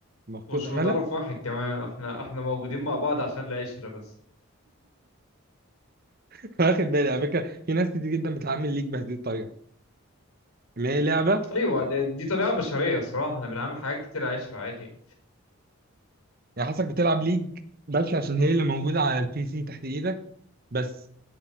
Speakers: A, on the right; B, on the left.
A: مفقود
B: مش
A: املها
B: من طرف واحد كمان احنا احنا موجودين مع بعض عشان العشرة بس
A: <laughs> واخد بالي على فكرة في ناس كتير جدا بتعامل ليك بهذه الطريقة ما هي لعبة
B: ايوه ده- دي طبيعة بشرية الصراحة احنا بنعمل حاجات كتير عشرة عادي يعني.
A: يعني حاسسك بتلعب ليج بس عشان هي اللي موجودة على البي سي تحت ايدك بس